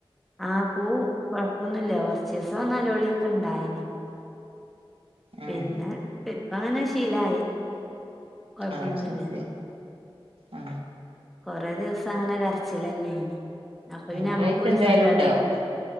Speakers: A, in the centre; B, on the right.
A: ആ പോവും കുഴപ്പമൊന്നും ഇല്ല കുറച്ച് ദിവസം നെലവിളി ഒക്കെ ഇണ്ടായിനി
B: ആഹ്
A: പിന്നെ പി- അങ്ങനെ ശീലായി കൊഴപ്പൊന്നുല്ല
B: ഏഹ് ശരി ആ
A: കുറേ ദിവസം അങ്ങനെ കരച്ചില് തന്നെയാണ് അപ്പഴും ഞമ്മക്കും
B: ഒരാഴ്ച
A: ഒരു
B: എന്തായാലും
A: സങ്കട
B: ഉണ്ടാവും
A: ആയിരുന്നു